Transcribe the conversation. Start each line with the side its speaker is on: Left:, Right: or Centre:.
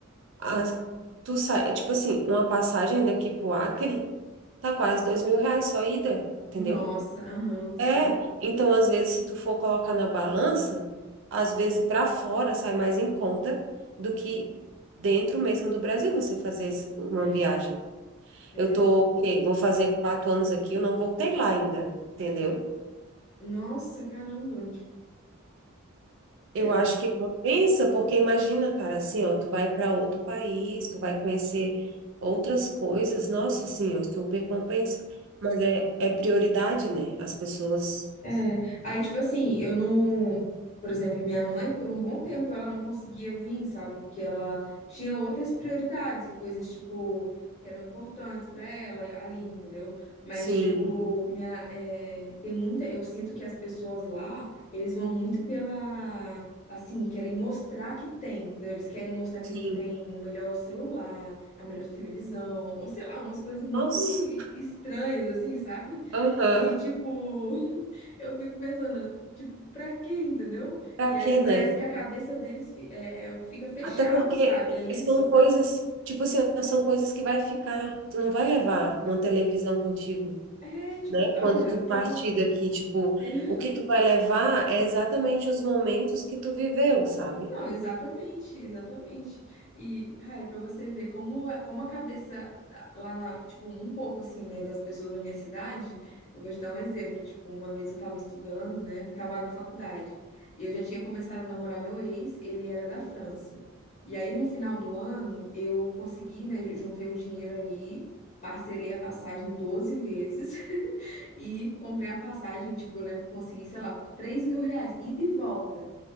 Right: As- tu sai, é tipo assim, uma passagem daqui pro Acre tá quase dois mil reais só ida, entendeu?
Left: Nossa, aham, sei.
Right: É, então às vezes se tu for colocar na balança, às vezes para fora sai mais em conta do que dentro mesmo do Brasil você fazer esse- uma
Left: É,
Right: viagem.
Left: é.
Right: Eu tô, ok, vou fazer quatro anos aqui, eu não voltei lá ainda, entendeu?
Left: Nossa, caramba.
Right: Eu
Left: É
Right: acho que compensa, porque imagina, cara, assim, ó, tu vai para outro país, tu vai conhecer outras coisas, nossa, assim, ó, super compensa. Mas é, é prioridade, né? As pessoas,
Left: É, aí, tipo assim, eu não. Por exemplo, minha mãe, por um bom tempo, ela não conseguia vir, sabe? Porque ela tinha outras prioridades e coisas, tipo, que eram importantes pra ela ali, entendeu? Mas,
Right: sim,
Left: tipo, minha, é, tem muita. Eu sinto que as pessoas lá, eles vão muito pela. Assim, querem mostrar que tem, entendeu? Eles querem mostrar que
Right: sim,
Left: eles têm o melhor celular, a melhor televisão, ou sei lá, umas coisas muito
Right: nossa,
Left: estranhas, assim, sabe?
Right: aham.
Left: E, tipo. <laughs> Eu fico pensando, tipo, pra quê, entendeu?
Right: Pra
Left: E
Right: quê,
Left: aí
Right: né?
Left: parece que a cabeça deles fi- é, é- fica fechado,
Right: Até porque
Left: sabe? É isso.
Right: são coisas, tipo assim, são coisas que vai ficar, tu não vai levar uma televisão contigo,
Left: É, tipo,
Right: né?
Left: olha,
Right: Quando tu partir
Left: teve, um-
Right: daqui, tipo,
Left: teve
Right: o que tu vai levar é exatamente os momentos que tu viveu, sabe?
Left: Não, exatamente, exatamente. E, cara, pra você ver como, é- como a cabeça ah, lá na, tipo, um pouco assim, né, das pessoas da minha cidade, eu vou te dar um exemplo. Tipo, uma vez eu tava estudando, né, tava na faculdade, e eu já tinha começado a namorar meu ex, ele era da França. E aí, no final do ano, eu consegui, né, juntei o dinheiro ali, parcelei a passagem 12 vezes <laughs> e comprei a passagem, tipo, eu lembro que consegui, sei lá, por três mil reais, ida e de volta